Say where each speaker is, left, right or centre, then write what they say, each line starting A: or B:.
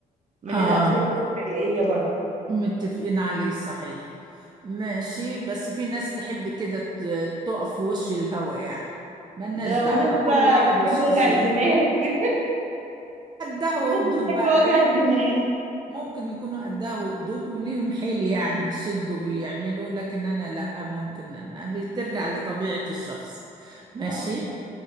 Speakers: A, on the right; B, on the right.
A: من
B: اه
A: الامثال الحقيقيه برضو
B: متفقين عليه صحيح ماشي بس في ناس تحب كده ت- تقف في وش الهوا يعني ملناش
A: ده
B: دعوة
A: وناس
B: كل
A: بقى
B: واحد
A: بتحب
B: وشخصيته
A: وجع الدماغ <laughs>
B: قدها وقدود
A: ناس بتحب
B: بقى
A: وجع
B: لكن
A: الدماغ
B: ممكن يكونوا قدها وقدود وليهم حيل يعني يشدوا ويعملوا لكن أنا لأ ممكن أنا بترجع لطبيعة الشخص ماشي
A: اه